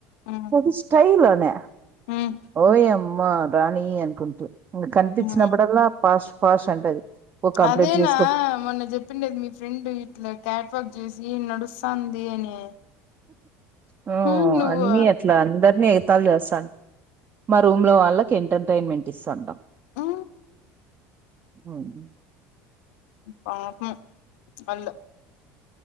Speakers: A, on the left; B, on the right.
A: హ్మ్
B: అది స్టైల్ న్య
A: హ్మ్
B: ఓయమ్ అమ్మా రాణి అన్కుంటు కన్పించినప్పుడల్లా
A: హ్మ్
B: పాష్ ఫాస్ట్ అంటది. ఓ కంప్లీట్
A: అదేనా
B: చేసుకో
A: మొన్న చెప్పిండేది మీ ఫ్రెండ్ ఇట్ల క్యాట్వాక్ చేసి నడుస్తాంది అని
B: హ
A: ఉమ్ నువ్వు
B: అన్నీ అట్ల అందర్ని ఎ <unintelligible> మా రూమ్లో వాళ్ళక్ ఎంటర్టైమెంట్ ఇస్తాంటం.
A: ఆ
B: అవునా
A: పాపం అల్